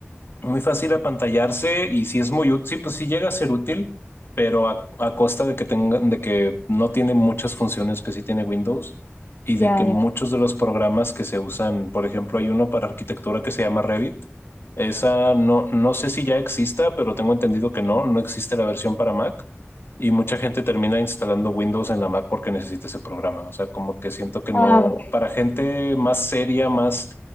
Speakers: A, on the left; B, on the left.
A: muy fácil apantallarse y si es muy útil, sí, pues sí llega a ser útil, pero a, a costa de que tengan, de que no tiene muchas funciones que sí tiene Windows y de
B: Ya,
A: que
B: ya.
A: muchos de los programas que se usan, por ejemplo, hay uno para arquitectura que se llama Revit. Esa no, no sé si ya exista, pero tengo entendido que no, no existe la versión para Mac y mucha gente termina instalando Windows en la Mac porque necesita ese programa. O sea, como que siento que
B: Ah,
A: no,
B: ok.
A: para gente más seria, más